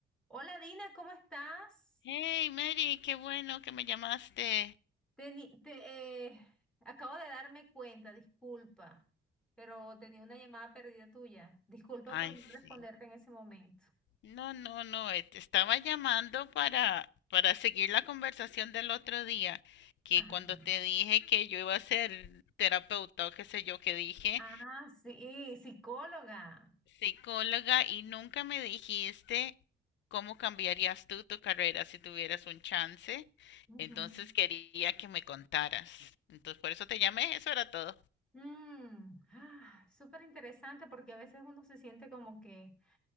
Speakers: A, in the centre; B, on the left.
A: Hola Dina, ¿cómo estás?
B: Hey, Mary, qué bueno que me llamaste.
A: Teni- te, eh, acabo de darme cuenta, disculpa, pero tenía una llamada perdida tuya. Disculpa
B: Ay,
A: por no
B: sí.
A: responderte en ese momento.
B: No, no, no, eh, te estaba llamando para, para seguir la conversación del otro día, que
A: Ajá.
B: cuando te dije que yo iba a ser terapeuta o qué sé yo, que dije
A: Ah, sí, psicóloga.
B: psicóloga y nunca me dijiste cómo cambiarías tú tu carrera si tuvieras un chance.
A: Ujú.
B: Entonces quería que me contaras. Entonces por eso te llamé, eso era todo.
A: Mm, ah, súper interesante porque a veces uno se siente como que,